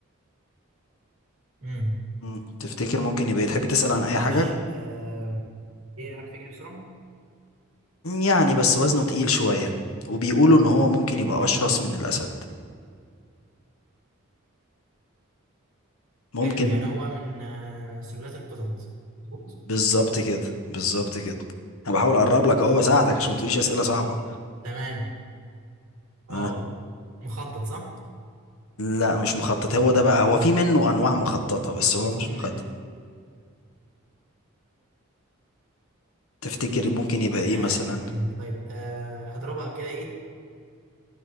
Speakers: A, on the right; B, on the left.
A: امم
B: مم. تفتكر ممكن يبقى إيه؟ تحب تسأل عن اي حاجة
A: ماشي آه... بيعرف يجري بسرعة
B: يعني بس وزنه تقيل شوية وبيقولوا ان هو ممكن يبقى اشرس من الاسد ممكن
A: حلو يعني هو من آه... سلالات القطط مظبوط
B: بالظبط كده بالظبط كده انا بحاول اقرب لك اهو بساعدك عشان ما تقوليش اسئله صعبه
A: تمام اه
B: ها
A: مخطط صح
B: لا مش مخطط هو ده بقى هو في منه انواع مخططه بس
A: يبقى
B: هو
A: اظن
B: مش مخطط
A: ال...
B: تفتكر ممكن يبقى ايه
A: اه
B: مثلا
A: امم طيب آه... هضربها كده ايه